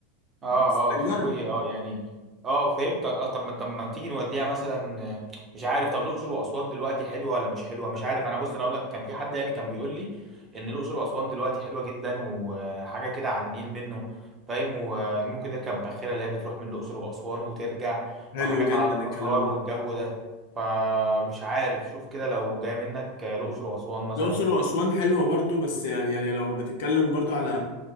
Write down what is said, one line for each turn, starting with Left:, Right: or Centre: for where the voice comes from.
Right: اه
Left: بس
Right: اه شتوية
Left: نجرب
Right: اه يعني اه فهمتك اه طب ما طب ما تيجي نوديها مثلا آه، مش عارف طب الأقصر وأسوان دلوقتي حلوة ولا مش حلوة مش عارف انا بص انا اقول لك كان في حد يعني كان بيقول لي ان الأقصر وأسوان دلوقتي حلوة جدا وحاجة كده على النيل منه فاهم وممكن نركب باخرة اللي هي بتروح من الأقصر وأسوان وترجع
Left: حلو
Right: وحاجات
Left: جدا
Right: على الآثار
Left: الكلام ده
Right: والجو ده فمش عارف شوف كده لو جاي منك آه، الأقصر وأسوان مثلا
Left: الأقصر وأسوان حلوة برضو بس يعني يعني لو بتتكلم برضو على